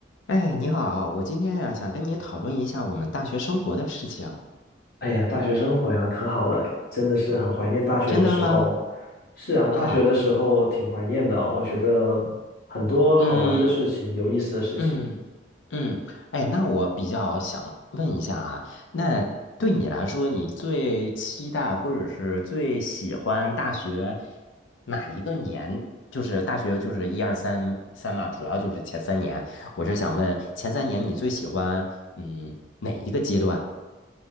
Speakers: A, on the left (about 80°); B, on the left (about 55°).
A: 哎，你好，我今天呀、想跟你讨论一下我们大学生活的事情，
B: 哎呀，大学生活呀，可好了，真的是很怀念大学的时候。
A: 真的吗？
B: 是啊，大学的时候挺怀念的啊，
A: 啊，
B: 我觉得很多好玩的事情，
A: 嗯
B: 有意思的事情。
A: 嗯嗯，哎，那我比较想问一下啊，那对你来说，你最期待或者是最喜欢大学哪一个年？就是大学就是一二三三嘛，主要就是前三年。我是想问前三年你最喜欢嗯哪一个阶段？